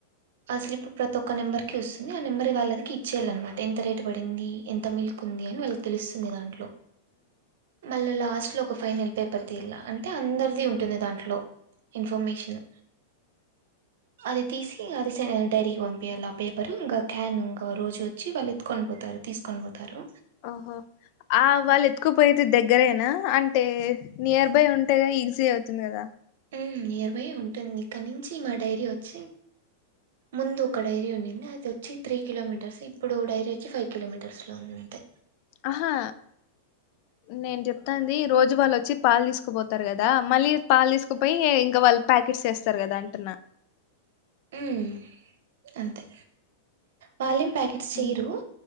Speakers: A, on the right; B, on the left.
A: స్లిప్ ప్రతి ఒక్క నెంబర్కి ఆ నెంబర్ కి వాళ్ళదికి ఇచ్చయాలనమాట ఎంత రేటు పడింది ఎంత మిల్క్ ఉంది అని వాళ్ళకి తెలుస్తుంది దాంట్లో మళ్ళా లాస్ట్ లో ఒక ఫైనల్ పేపర్ తీయాల అంటే అందరిది ఉంటుంది దాంట్లో ఇన్ఫర్మేషన్ అది తీసి అది స్ డైరీకి పంపయాలి ఆ పేపర్ ఇంకా క్యాన్ ఇంకా రోజు వచ్చి వాళ్ళు ఎత్తుకొని పోతారు తీసుకొని పోతారు
B: ఆహో ఆ వాళ్ళు ఎత్తుకుపోయిది దగ్గరయినా అంటే నియర్ బై ఉంటేగా ఈజీ అవుతుంది కదా
A: మ్ నియర్ బై ఉంటుంది ఇక్కడి నుంచి మా డైరీ వచ్చి ముందు ఒక డైరీ ఉండింది అది వచ్చి త్రీ కిలోమీటర్స్ ఇప్పుడు డైరీ వచ్చి ఫైవ్ కిలోమీటర్స్ లో ఉంది అంతే
B: ఆహా నేను చెప్తాంది రోజు వాళ్ళు వచ్చి పాలు తీసుకుపోతారు కదా మళ్ళీ పాలు తీసుకుపోయి ఇంకా వల్ ప్యాకెట్స్ వేస్తారు కదా అంటున్నా
A: ఉమ్ అంతే వాళ్లేం ప్యాకెట్స్ చెయరు
B: మ్మ్